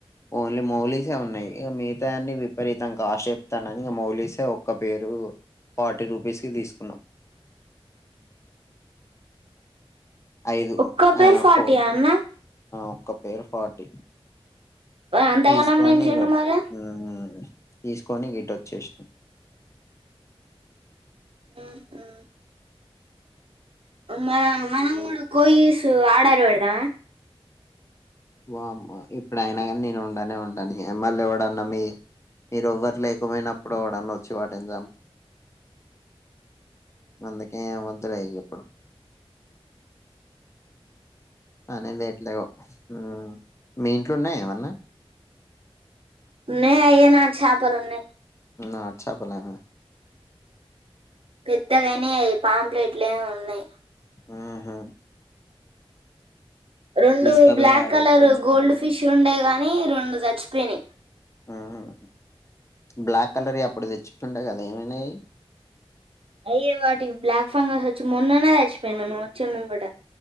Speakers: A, on the left; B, on the right.
A: ఓన్లీ మౌలిసే ఉన్నాయి ఇక మిగతా వన్నీ విపరీతం కాస్ట్ చెప్తానని ఇక మౌలిసే ఒక్క పేరు ఫార్టీ రూపీస్ కి తీసుకున్నాం ఐదు
B: ఒక్క పేరు
A: ఆ
B: ఫార్టీయా
A: ఫోర్
B: అన్న
A: ఒక పేరు ఫార్టీ
B: అంతగనం
A: తీసుకోని
B: పెంచిండు
A: ఇగ
B: మరి
A: ఉమ్ తీసుకొని గిటోచ్చేసినం
B: ఉ ఉమ్ మార్ మనము కూడా కోయస్ ఆడ పెడదామా
A: బమ్మా ఇప్పుడయినా కానీ నేను ఉంనే ఉంను ఎమ్మెల్ ఎవడన్నా మీ మీరు ఎవ్వరు లేకపోయినప్పుడు ఎవడన్నా వచ్చి వాటినీ జమ్ అందుకే ఏం వో ఇగ ఎప్పుడు అనే లేట్లే ఉమ్ మీ ఇంట్లో ఉన్నాయా ఏమన్నా
B: ఉన్నాయి అయేనా చేపలు ఉన్నాయి
A: ఆ చాపలా
B: పెద్దగాయినై అవి పాంప్లెట్లు ఉన్నాయి్
A: ఉహు
B: రెండు
A: తీసుకపోయి
B: బ్లాక్
A: ఆడిచ్చొచ్చు
B: కలర్ గోల్డ్
A: మనం
B: ఫిష్ ఉండే గాని రెండు చచ్చిపోయినై
A: ఉమ్ బ్లాక్ కలర్ అప్పుడు తెచ్చుండే కదా ఏమైనాయి
B: అయ్యే వాటికి బ్లాక్ ఫంగస్ వచ్చి మొన్ననే చిపోయినాయ్ నువ్వు వచ్చే ముంగట